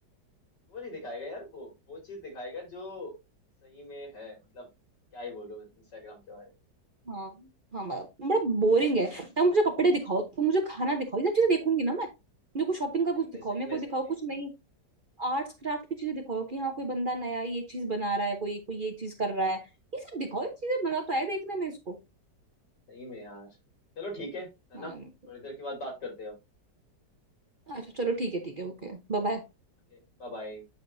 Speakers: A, on the left; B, on the right.
A: वो नहीं दिखाएगा यार वो वो चीज दिखाएगा जो सही में है मतलब क्या ही बोलूं इंस्टाग्राम के बारे में
B: हाँ हाँ बड़ा बड़ा बोरिंग है या मुझे कपड़े दिखाओ तुम मुझे खाना दिखाओ ये सब चीजें देखूंगी ना मैं मेरे को शॉपिंग का कुछ
A: सही में
B: दिखाओ
A: सही
B: मेरे
A: में
B: को
A: सही
B: दिखाओ
A: में
B: कुछ नहीं आर्ट्स क्राफ्ट की चीजें दिखाओ कि हाँ कोई बंदा नया ये चीज बना रहा है कोई कोई ये चीज कर रहा है ये सब दिखाओ ये चीजें मजा तो आए देखने में इसको
A: सही में यार चलो ठीक है है
B: हाँ
A: ना थोड़ी देर के बाद बात करते हैं
B: अच्छा चलो ठीक है ठीक है ओके बाय
A: Okay bye bye